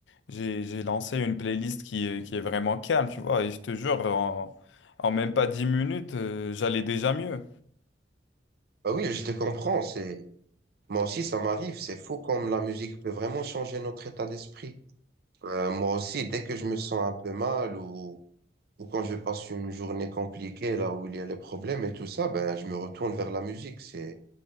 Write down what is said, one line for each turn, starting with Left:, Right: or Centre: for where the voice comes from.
Left: j'ai j'ai lancé une playlist qui est, qui est vraiment calme, tu vois. Et je te jure, en, en même pas 10 minutes, euh, j'allais déjà mieux.
Right: Bah oui, je te comprends, c'est moi aussi ça m'arrive, c'est fou comme la musique peut vraiment changer notre état d'esprit. Euh, moi aussi, dès que je me sens un peu mal ou, ou quand je passe une journée compliquée là où il y a les problèmes et tout ça, ben je me retourne vers la musique, c'est